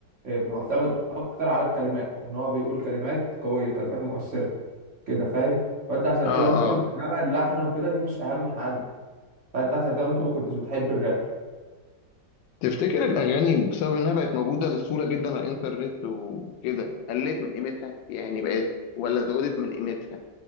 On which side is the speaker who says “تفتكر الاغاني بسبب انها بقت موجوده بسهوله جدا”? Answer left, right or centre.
Left